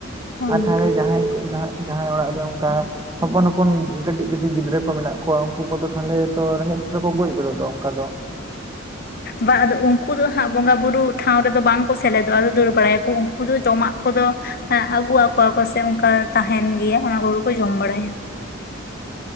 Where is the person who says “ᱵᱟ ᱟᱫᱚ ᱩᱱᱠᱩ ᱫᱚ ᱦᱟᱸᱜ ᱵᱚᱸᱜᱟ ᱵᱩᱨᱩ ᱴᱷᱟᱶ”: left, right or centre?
Left